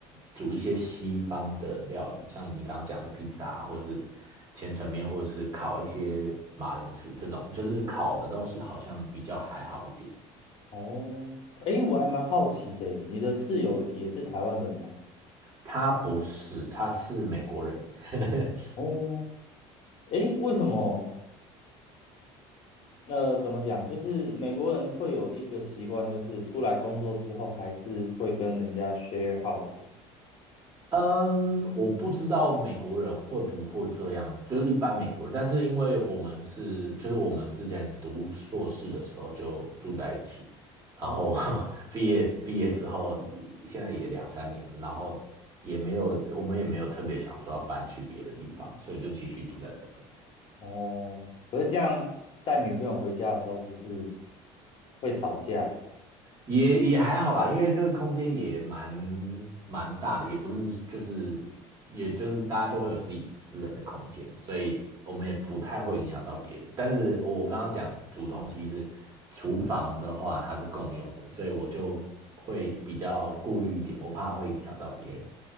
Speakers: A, on the right (about 30°); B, on the left (about 50°).
A: 煮一些西方的料理，像你刚刚讲的披萨啊，或是千层面，或是烤一些马铃薯这种，就是烤的东西好像比较还好一点。
B: 哦，诶，我还蛮好奇的欸，你的室友也是台湾人吗？
A: 他不是，他是美国人，<laughs>
B: 哦，诶，为什么那怎么讲？就是美国人会有一个习惯，就是出来工作之后还是会跟人家 share house。
A: 嗯，我不知道美国人会不会这样，就是一般美国人。但是因为我们是，就是我们之前读硕士的时候就住在一起，然后
B: 哦
A: <laughs> 毕业毕业之后，现在也两三年了，然后也没有，我们也没有特别想说要搬去别的地方，所以就继续住在这边。
B: 哦，可是这样带女朋友回家的时候，不是会吵架？
A: 也也还好啦，因为这个空间也蛮蛮大的，也不是就是也就是大家都会有自己私人的空间，所以我们也不太会影响到别人。但是我我刚刚讲煮东西是厨房的话，它是共用的，所以我就会比较顾虑一点，我怕会影响到别人。